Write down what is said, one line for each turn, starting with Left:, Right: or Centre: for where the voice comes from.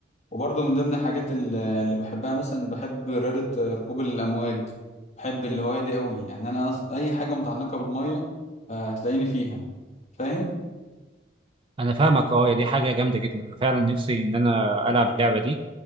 Left: وبرضه من ضمن الحاجات ال- اللي بحبها مثلا بحب رياضة ركوب الامواج بحب الهواية دي قوي يعني انا أص- اي حاجة متعلقة بالمية آه، هتلاقيني فيها فاهم
Right: انا فاهمك اه دي حاجه جامده جدا انا فعلا نفسي ان انا العب اللعبه دي